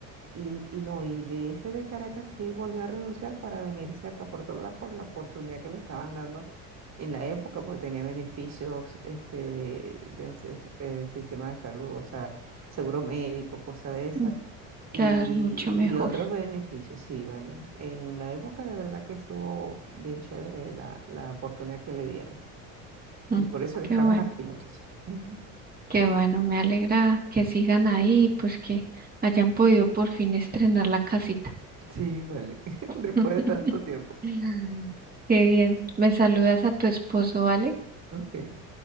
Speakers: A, on the right; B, on the right.
A: y, y no, y de ese de Caracas sí volvió a renunciar para venirse acá por todas por la oportunidad que le estaban dando en la época, porque tenía beneficios este, de, de hacer, eh, sistema de salud, o sea, seguro médico, cosa de esa.
B: Mm, Claro,
A: Y,
B: mucho mejor.
A: y otros beneficios, sí, vale. En la época de verdad que estuvo bien chévere la, la oportunidad que le dieron.
B: Mm,
A: Y por eso que
B: Qué
A: estamos
B: bueno.
A: aquí, muchacha. Ujú.
B: Qué bueno, me alegra que sigan ahí y pues que hayan podido por fin estrenar la casita.
A: Sí, vale. <laughs> Después
B: <laughs>
A: de tanto tiempo.
B: Qué bien. Me saludas a tu esposo, ¿vale?
A: Ok.